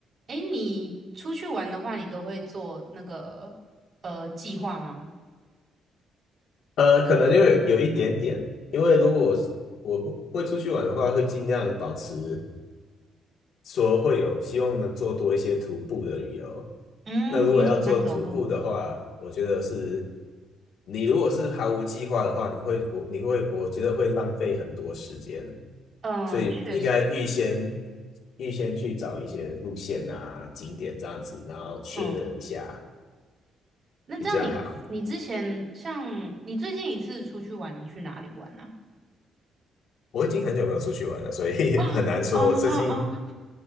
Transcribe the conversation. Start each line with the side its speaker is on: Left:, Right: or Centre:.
Right: 哎，你出去玩的话，你都会做那个呃计划吗？
Left: 呃，可能因为有一点点，因为如果我是我不会出去玩的话，会尽量保持说会有希望能做多一些徒步的旅游。
Right: 嗯，
Left: 那如果要做徒步的话，
Right: 你喜欢走路？
Left: 我觉得是你如果是毫无计划的话，你会我你会我觉得会浪费很多时间，
Right: 嗯、
Left: 所以应该预先
Right: 确实，
Left: 预先去找一些路线啊、景点这样子，然后确认一下
Right: 嗯，那这样你你之前像你最近一次出去玩，
Left: 比较好。
Right: 你去哪里玩呢、
Left: 我已经很久没有出去玩了，所以
Right: 啊？<laughs>
Left: <laughs> 很难说。
Right: 啊啊啊！
Left: 我最近
Right: 啊